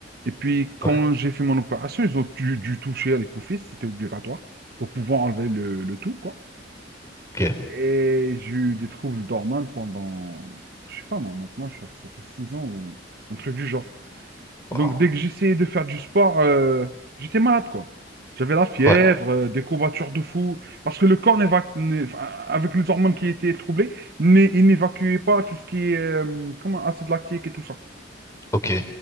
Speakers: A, on the right; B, on the left.
A: Et puis, quand
B: Ouais.
A: j'ai fait mon opération, ils ont dû, dû toucher à l'hypophyse. C'était obligatoire pour pouvoir enlever le, le tout, quoi.
B: Ok.
A: Et j'ai eu des troubles d'hormones pendant, je sais pas moi, maintenant, je- ça fait six ans ou un truc du genre.
B: Wow.
A: Donc, dès que j'essayais de faire du sport, euh, j'étais malade, quoi. J'avais la fièvre,
B: Ouais.
A: euh, des courbatures de fou, parce que le corps, n'éva- n'é- enfin, avec les hormones qui étaient troublées, n'é- il n'évacuait pas tout ce qui est euh, comment, acide lactique et tout ça.
B: Ok.